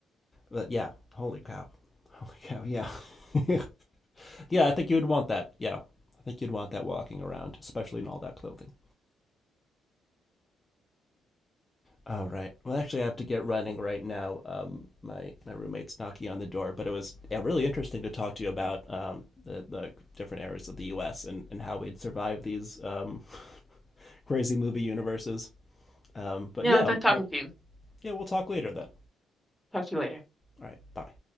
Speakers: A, on the left; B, in the centre.
A: But yeah, holy cow, holy cow, yeah. <laughs> Yeah, I think you would want that. Yeah, I think you'd want that walking around, especially in all that clothing. All right. Well, actually, I have to get running right now. Um, my my roommate's knocking on the door, but it was yeah, really interesting to talk to you about um, the, the different areas of the U.S. and, and how we'd survive these um, <laughs> crazy movie universes. Um, but
B: You
A: yeah,
B: know, it's not talking
A: well,
B: to you.
A: yeah, we'll talk later then.
B: Talk to you later.
A: All right. Bye.